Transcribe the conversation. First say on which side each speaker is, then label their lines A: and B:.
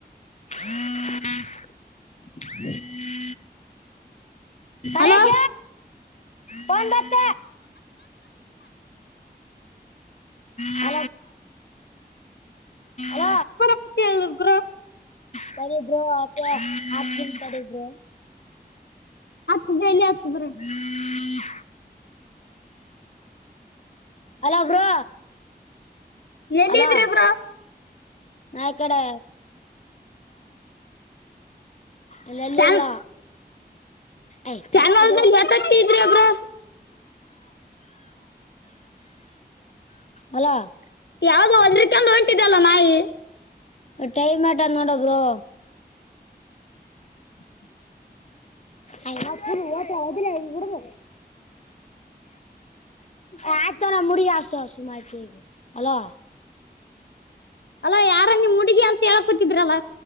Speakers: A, on the left; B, on the left.
A: ಹ್ಮ
B: ಹಲೋ
A: ಮೇಶ ಬ ಬತ್ತ ಹ ಹ
B: ಏ
A: ಕಡಿದ್ರು ಆ ಆನ್ ಕಡಿದ್ರು
B: ಆತ್ತು ಜೈಲಿ ಆತ್ತುು ಬರ
A: ಹ್ಮ್ ಅಲೋ ಬ್ರೋ
B: ಎಲ್ಲಿದ್ರಿಬ್ರ
A: ಹಲೋ ನಾ ಕಡೆ ಅದಾಲ್ಲಿಿ
B: ಚಾನ್
A: ಎಲ್ಲಾ ಆ ಪಕ್
B: ಚಾನಲ್ದಲ್ಲಿ ಎಟ್ ಹತ್ತಿದ್ರಿ ಬ್ರೋ
A: ಅಲ <unintelligible>
B: ಯಾವ್ದೋ ಒಂದ್ ರಿಟನ್ ಹೊಂಟಿದೆ ಅಲ್ಲ ನಾಯಿ
A: ಟೈಮ್ ಆಟ ನೋಡಬರು
B: ಆರ್ <unintelligible>
A: ಹ ದಿಲ್ಲಡ್ದ ಆಯ್ತಾರ ಮುಡಿ ಆತ ಸುಮಾಯ್ತು ಅಲ <unintelligible>
B: ಅಲ್ಲ ಯಾರ ನೀ ಹುಡುಗಿ ಅಂತ ಹೇಳಕೂತಿದ್ರಲ್ಲ